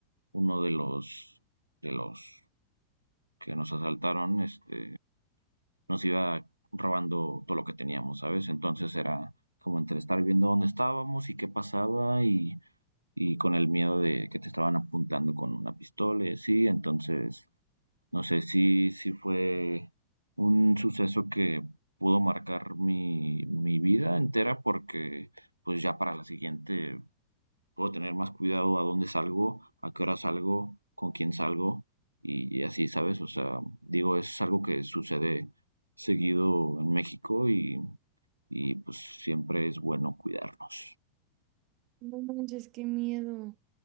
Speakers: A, on the right; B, on the right.
A: uno de los, de los que nos asaltaron, este, nos iba robando todo lo que teníamos, ¿sabes? Entonces era como entre estar viendo dónde estábamos y qué pasaba y y con el miedo de que te estaban apuntando con una pistola y así, entonces, no sé, si sí, sí fue un suceso que pudo marcar mi, mi vida entera porque pues ya para la siguiente puedo tener más cuidado a dónde salgo, a qué hora salgo, con quién salgo y, y así, ¿sabes? O sea, digo, es algo que sucede seguido en México y, y pues siempre es bueno cuidarnos.
B: No manches, qué miedo.